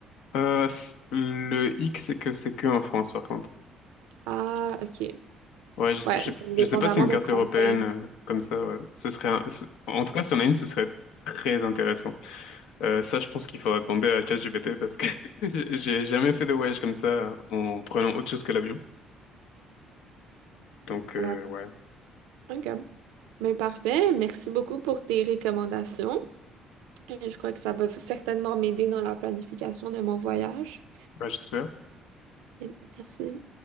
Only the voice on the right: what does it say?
Ah, OK.
Ouais,
dépendamment
de combien.
Voilà.
OK. Mais parfait. Merci beaucoup pour tes recommandations. Euh, Je crois que ça va certainement m'aider dans la planification de mon voyage.
Et Merci.